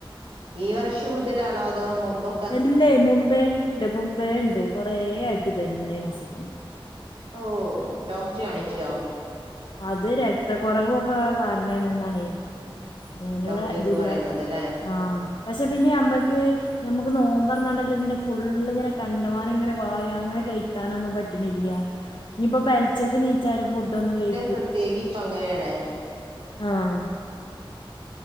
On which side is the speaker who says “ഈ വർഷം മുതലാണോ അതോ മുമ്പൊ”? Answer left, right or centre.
Right